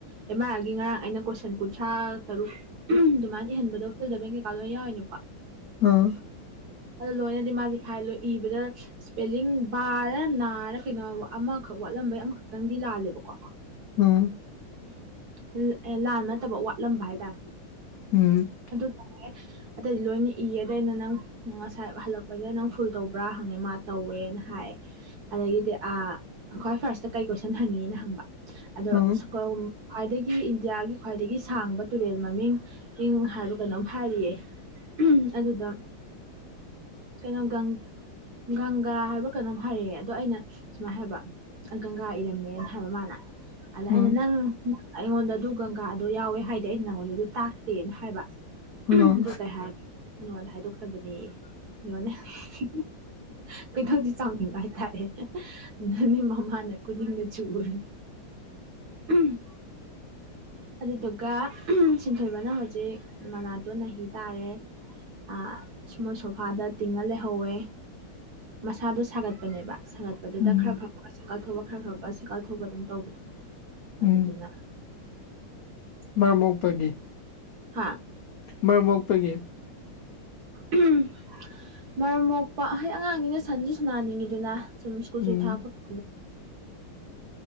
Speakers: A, on the right; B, on the left.
A: ꯑꯦꯃꯥꯢꯑꯦꯜꯒꯤ ꯉꯔꯥꯡ ꯑꯩꯅ ꯀꯣꯏꯁꯟ ꯁꯟ ꯀꯨꯟꯊ꯭ꯔꯥ ꯇꯔꯨꯛ ꯎꯝ ꯑꯗꯨꯃꯥꯏꯟ ꯏꯍꯟꯕꯗꯣ ꯐꯤꯜ ꯏꯟ ꯗ ꯕ꯭ꯂꯦꯡ ꯀꯩꯀꯥ ꯂꯣꯏ ꯌꯥꯎꯏꯅꯤꯀꯣ
B: ꯑꯥ
A: ꯑꯗꯨ ꯂꯣꯏꯅꯗꯤ ꯃꯥꯖꯤ ꯐꯥꯏ ꯂꯣꯢ ꯏꯕꯗ ꯁꯄꯦꯜꯂꯤꯡ ꯕꯥꯔ ꯅꯥꯔ ꯀꯩꯅꯣ ꯑꯃꯈꯛ ꯋꯥꯠꯂꯝꯕꯩ ꯑꯃꯈꯛꯇꯪꯗꯤ ꯂꯥꯜꯂꯦꯕꯀꯣ
B: ꯎꯝ
A: <unintelligible> ꯂꯥꯟꯕ ꯅꯠꯇꯕ ꯋꯥꯠꯂꯝꯕ ꯍꯥꯏꯇꯥꯔꯦ
B: ꯎꯝ
A: ꯑꯗꯨ ꯇꯧꯔꯦ ꯑꯇꯩꯩꯗꯤ ꯂꯣꯏꯅ ꯏꯌꯦ ꯑꯗꯩꯅ ꯅꯪ ꯉꯁꯥꯏ ꯍꯜꯂꯛꯄꯁꯤꯗ ꯅꯪ ꯐꯨꯜ ꯇꯧꯕ꯭ꯔꯥ ꯍꯪꯉꯦ ꯃꯥ ꯇꯧꯋꯦꯅ ꯍꯥꯏ ꯑꯗꯒꯤꯗꯤ ꯑꯥ ꯈ꯭ꯋꯥꯏ ꯐꯥꯔꯁꯇ ꯀꯩ ꯀꯣꯏꯁꯟ ꯍꯪꯉꯤꯅ ꯍꯪꯕ ꯑꯗꯣ
B: ꯑꯥ
A: ꯁ꯭ꯀꯧꯝ ꯈ꯭ꯋꯥꯏꯗꯒꯤ ꯏꯟꯗꯤꯌꯥꯒꯤ ꯈ꯭ꯋꯥꯏꯗꯒꯤ ꯁꯥꯡꯕ ꯇꯨꯔꯦꯜ ꯃꯃꯤꯡ ꯏꯪ ꯍꯥꯏꯕ ꯀꯩꯅꯣꯝ ꯍꯥꯏꯔꯤꯌꯦ ꯎꯝ ꯑꯗꯨꯗ ꯀꯩꯅꯣ ꯒꯪ ꯒꯪꯒꯥ ꯍꯥꯏꯕ꯭ꯔ ꯀꯩꯅꯣꯝ ꯍꯥꯏꯔꯛꯑꯦ ꯑꯗꯣ ꯑꯩꯅ ꯁꯨꯃꯥꯏꯟ ꯍꯥꯏꯕ ꯒꯪꯒꯥ ꯏꯔꯝꯃꯦꯅ ꯍꯥꯏꯕ ꯃꯥꯅ ꯑꯗ ꯑꯩꯅ
B: ꯑꯥ
A: ꯅꯪ ꯑꯩꯉꯣꯟꯗ ꯑꯗꯨ ꯒꯪꯒꯥꯗꯨ ꯌꯥꯎꯋꯦ ꯍꯥꯏꯗꯦ ꯑꯩ ꯅꯪꯉꯣꯟꯗ ꯑꯗꯨ ꯇꯥꯛꯇꯦꯅ ꯍꯥꯏꯕ
B: ꯑꯥ
A: ꯎꯝ ꯑꯗꯨ ꯀꯩ ꯍꯥꯏ ꯑꯩ ꯅꯉꯣꯟꯗ ꯍꯥꯏꯗꯣꯛꯇꯕꯅꯦꯌꯦ ꯌꯦꯡꯉꯣꯅꯦ ꯎꯝ ꯍꯝ ꯍꯝ ꯈꯣꯢꯗꯧꯁꯤ ꯆꯥꯎꯅꯤꯡꯕ ꯍꯥꯏꯇꯥꯔꯦ ꯍꯦꯍꯦ ꯑꯗꯨꯅꯤ ꯃꯃꯥꯅ ꯈꯨꯅꯤꯡꯅ ꯆꯨꯔꯤ <unintelligible> ꯑꯗꯨꯗꯨꯒ ꯎꯝ ꯁꯤꯟꯊꯣꯏꯕꯅ ꯍꯧꯖꯤꯛ ꯃꯅꯥꯇꯣꯟ ꯅꯥꯍꯤ ꯇꯥꯔꯦ ꯑꯥ ꯃꯣꯏ ꯁꯣꯐꯥꯗ ꯇꯤꯡꯉ ꯂꯩꯍꯧꯋꯦ ꯃꯁꯥꯗꯨ ꯁꯥꯒꯠꯄꯅꯦꯕ ꯁꯥꯒꯠꯄꯗꯨꯗ
B: ꯎꯝ
A: ꯈꯔ ꯐꯕꯒ ꯁꯥꯢꯀꯜ ꯊꯧꯕ ꯈꯔ ꯐꯕꯒ ꯁꯥꯢꯀꯜ ꯊꯧꯕ ꯑꯗꯨꯝ ꯇꯧꯕꯗꯨ
B: ꯎꯝ
A: ꯑꯗꯨꯗꯨꯅ
B: ꯃꯔꯝ ꯃꯣꯛꯄꯒꯤ
A: ꯍꯥꯥ
B: ꯃꯔꯝ ꯃꯣꯛꯄꯒꯤ
A: ꯑꯍꯝ ꯃꯔꯝ ꯃꯣꯛꯄ ꯍꯥꯢꯗꯤ ꯑꯉꯥꯡꯅꯤꯅ ꯁꯥꯟꯁꯨ ꯁꯅꯥꯅꯤꯡꯉꯤꯗꯅ ꯁꯨꯝ ꯁ꯭ꯀꯨꯜ
B: ꯎꯝ
A: ꯁꯨꯇꯤ ꯊꯥꯔꯛꯄ ꯀꯥꯟꯗꯨ